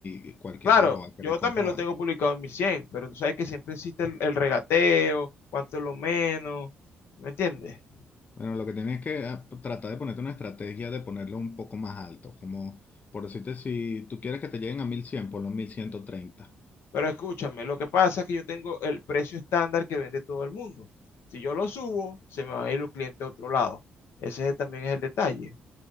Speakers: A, on the left; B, on the left.
A: y cualquiera
B: Claro,
A: lo va a querer
B: yo
A: comprar.
B: también lo tengo publicado en 1100, pero tú sabes que siempre existe el, el regateo, cuánto es lo menos, ¿me entiendes?
A: Bueno, lo que tienes que ah, tratar de ponerte una estrategia de ponerlo un poco más alto, como por decirte, si tú quieres que te lleguen a 1100, ponlo en mil ciento treinta
B: Pero escúchame, lo que pasa es que yo tengo el precio estándar que vende todo el mundo. Si yo lo subo, se me van a ir los clientes a otro lado. Ese también es el detalle.